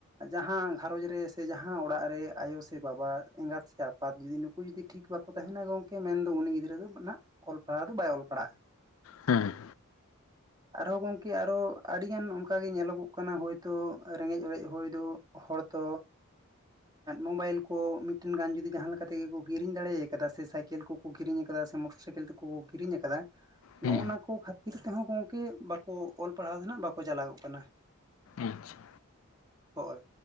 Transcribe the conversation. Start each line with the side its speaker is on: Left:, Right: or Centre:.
Right: ᱡᱟᱦᱟᱸ ᱜᱷᱟᱨᱚᱸᱡᱽ ᱨᱮ ᱥᱮ ᱡᱟᱦᱟᱸ ᱚᱲᱟᱜ ᱨᱮ ᱟᱭᱳ ᱥᱮ ᱵᱟᱵᱟ ᱮᱸᱜᱟᱛ ᱥᱮ ᱟᱯᱟᱛ ᱡᱩᱫᱤ ᱱᱩᱠᱩ ᱡᱩᱫᱤ ᱴᱷᱤᱠ ᱵᱟᱠᱚ ᱛᱟᱸᱦᱮᱱᱟ ᱜᱚᱢᱠᱮ ᱢᱮᱱᱫᱚ ᱩᱱᱤ ᱜᱤᱫᱽᱨᱟᱹ ᱫᱚ ᱱᱟᱜ ᱚᱞ ᱯᱟᱲᱦᱟᱣ ᱫᱚ ᱵᱟᱭ ᱚᱞ ᱯᱟᱲᱦᱟᱜᱼᱟ᱾
Left: ᱦᱮᱸ
Right: ᱟᱨᱦᱚᱸ ᱜᱚᱝᱠᱮ ᱟᱨᱚ ᱟᱹᱰᱤ ᱜᱟᱱ ᱚᱱᱠᱟ ᱜᱮ ᱧᱮᱞᱚᱜᱚᱜ ᱠᱟᱱᱟ᱾ᱦᱚᱭᱛᱳ ᱨᱮᱸᱜᱮᱡ ᱚᱨᱮᱡ ᱦᱩᱭ ᱫᱚ ᱦᱚᱲ ᱛᱚ ᱢᱳᱵᱟᱭᱤᱞ ᱠᱚ ᱢᱤᱫᱴᱮᱱ ᱜᱟᱱ ᱡᱩᱫᱤ ᱡᱟᱦᱟᱸ ᱞᱮᱠᱟ ᱛᱮᱜᱮ ᱠᱚ ᱠᱤᱨᱤᱧ ᱫᱟᱲᱮᱭᱟ ᱠᱟᱫᱟ, ᱥᱮ ᱥᱟᱭ ᱥᱟᱭᱠᱮᱞ ᱠᱚᱠᱚ ᱠᱤᱨᱤᱧ ᱟᱠᱟᱫᱟ, ᱥᱮ ᱢᱚᱴᱚᱨ ᱥᱟᱭᱠᱮᱞ ᱛᱮᱠᱚ ᱠᱤᱨᱤᱧ ᱟᱠᱟᱫᱟ
Left: ᱦᱮᱸ
Right: ᱱᱚᱜᱼᱚᱱᱟ ᱠᱚ ᱠᱷᱟᱹᱛᱤᱨ ᱛᱮᱦᱚᱸ ᱜᱚᱝᱠᱮ ᱵᱟᱠᱚ ᱚᱞ ᱯᱟᱲᱦᱟᱣ ᱫᱚ ᱱᱟᱜ ᱵᱟᱠᱚ ᱪᱟᱞᱟᱜᱚᱜ ᱠᱟᱱᱟ᱾
Left: ᱟᱪᱪᱷᱟ
Right: ᱦᱳᱭ